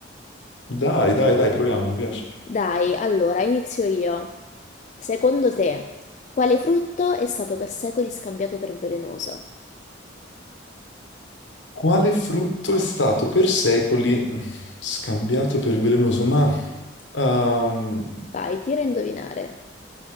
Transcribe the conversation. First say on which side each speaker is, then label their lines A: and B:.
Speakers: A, on the left; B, on the left.
A: Dai, dai, dai, proviamo, mi piace.
B: Dai, allora, inizio io. Secondo te, quale frutto è stato per secoli scambiato per velenoso?
A: Quale frutto è stato per secoli mm, scambiato per velenoso? Ma ehm,
B: Vai, tira a indovinare.